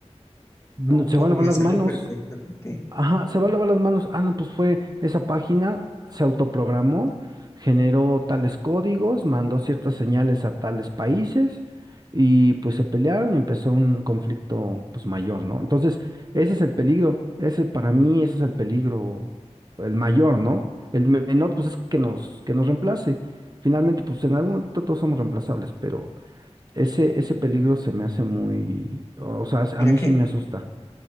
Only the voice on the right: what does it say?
no-
se
va a lavar las
manos.
Ajá, se va a lavar las manos. Ah, no, pues fue esa página, se autoprogramó, generó tales códigos, mandó ciertas señales a tales países y pues se pelearon y empezó un conflicto pues mayor, ¿no? Entonces, ese es el peligro, ese para mí, ese es el peligro, el mayor, ¿no? El menor pues es que nos, que nos reemplace. Finalmente, pues en algún momento todos somos reemplazables, pero ese, ese peligro se me hace muy, o sea,
a mí
sí me asusta.